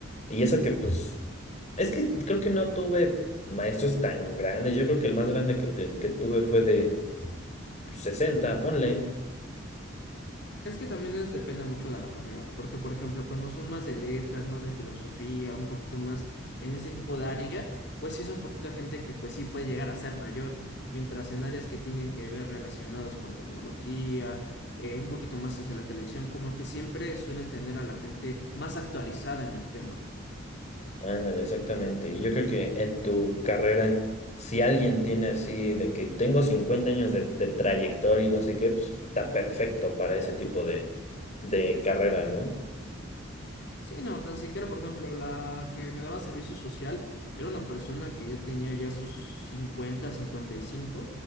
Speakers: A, on the left; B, on the left.
A: Y eso que pues, es que creo que no tuve maestros tan grandes, yo creo que el más grande que, te- que tuve fue de pues, 60 ponle.
B: Es que también es, depende mucho de la carrera, porque por ejemplo, cuando son más de letras, más de filosofía, un poquito más en ese tipo de área, pues sí es un poquito de gente que pues sí puede llegar a ser mayor, mientras en áreas que tienen que ver relacionados con tecnología, eh, un poquito más hacia la televisión, como que siempre suelen tener a la gente más actualizada en el tema.
A: Ándale, exactamente. Y yo creo que en tu carrera, si alguien tiene así de que tengo 50 años de, de trayectoria y no sé qué, pues está perfecto para ese tipo de, de carrera, ¿no?
B: Sí, no, tan siquiera, por ejemplo, la que me daba servicio social era una persona que ya tenía ya sus cincuenta, cincuenta y cinco